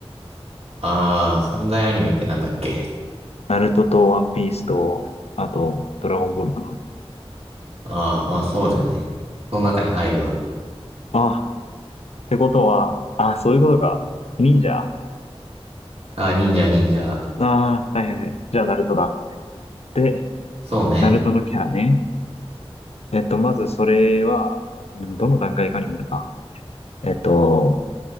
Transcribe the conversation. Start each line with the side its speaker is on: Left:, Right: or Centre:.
Right: あー、三大アニメってなんだっけ
Left: ナルトとワンピースと、あと、ドラゴンボールかな。
Right: ああー、まあそうだよね。その中に入るわ。
Left: ああ、ってことは、ああ、そういうことか。忍者あ
Right: ああ、忍者忍者。
Left: あー、はいはいはい。じゃあ、ナルトだ。で、
Right: そうね。
Left: ナルトのキャラね。えっと、まずそれは、でもどの段階かにもよるか。えっと、